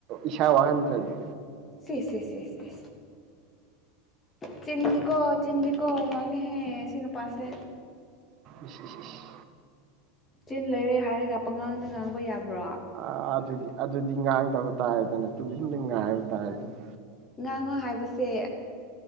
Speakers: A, on the right (about 40°); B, on the left (about 15°).
A: ꯏꯁꯥ ꯋꯥꯍꯟꯗ꯭ꯔꯗꯤ
B: ꯁꯤꯦꯦ ꯆꯤꯟꯗꯤꯀꯣ ꯆꯤꯟꯗꯤꯀꯣ ꯉꯥꯡꯉꯦꯍꯦ ꯁꯤ ꯅꯨꯄꯥꯁꯦ꯫
A: ꯏꯁ ꯏꯁ ꯏꯁ
B: ꯆꯤꯟ ꯂꯩꯔꯦ ꯍꯥꯏꯔꯒ ꯄꯉꯥꯡꯗ ꯉꯥꯡꯕ ꯌꯥꯕ꯭ꯔꯣ꯫
A: ꯑ ꯑꯗꯨꯗꯤ ꯑꯗꯨꯗꯤ ꯉꯥꯡꯗꯕ ꯇꯥꯏꯔꯗꯅ ꯇꯨꯡꯟꯗ ꯉꯥꯏꯕ ꯇꯥꯏꯗꯅ
B: ꯉꯥꯡꯉꯣ ꯍꯥꯏꯕꯁꯦ